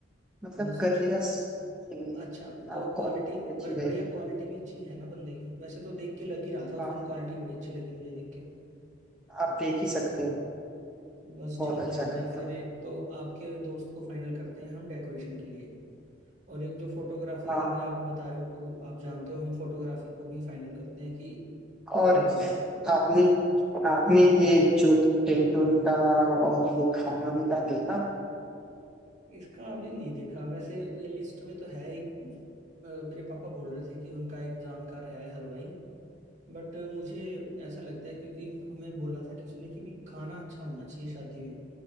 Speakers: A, in the centre; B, on the right (about 40°).
A: मतलब
B: बस
A: कर
B: ठीक
A: देगा स-
B: है
A: अच्छे में।
B: अच्छा
A: हाँ,
B: क्वालिटी
A: क्वालिटी अच्छी
B: बढ़िया
A: रहेगी
B: क्वालिटी भी अच्छी है ना बंदे की वैसे तो देख के लग ही रहा था उस
A: हाँ
B: दिन क्वालिटी बड़ी अच्छी लगी मुझे देख के
A: आप देख ही सकते हैं
B: बस
A: बहुत
B: ठीक
A: अच्छा
B: है भाई
A: करता
B: फिर
A: है
B: एक तो आपके दोस्त को फाइनल करते हैं हम डेकोरेशन के लिए और एक जो फोटोग्राफी
A: हाँ,
B: का भी आप बता रहे हो को आप जानते हो हम फोटोग्राफी को भी फाइनल करते हैं कि
A: और
B: करवा दो
A: आपने आपने ये जो टेंटोन का और ये खाने वाने का देखा
B: इसका अभी नहीं देखा वैसे ये लिस्ट में तो है ही अ, मेरे पापा बोल रहे थे कि उनका एक जानकार है हलवाई बट मुझे ऐसा लगता है क्योंकि हमें बोला था किसी ने कि भी खाना अच्छा होना चाहिए शादी में